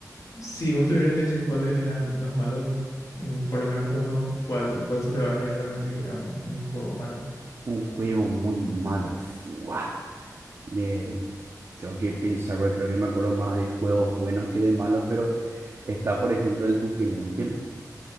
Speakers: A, on the left (about 55°); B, on the right (about 45°).
A: si vos tuvieras que decir cuáles eran los malos, mm, por lo menos uno, ¿cuál, cuál se te va a venir a la mente que era un, un juego malo?
B: Un juego muy malo, ¡fua! Me- tengo que pensar, porque creo que me acuerdo más de juegos buenos que de malos, pero está, por ejemplo, el Duke Nukem.